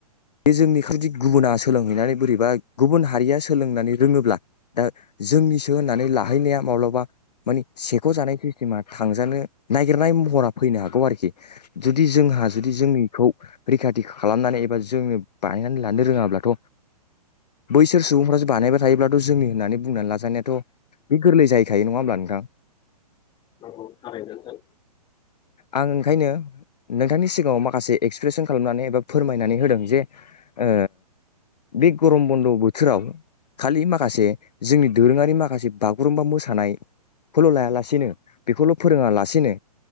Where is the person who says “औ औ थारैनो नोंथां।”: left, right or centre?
Left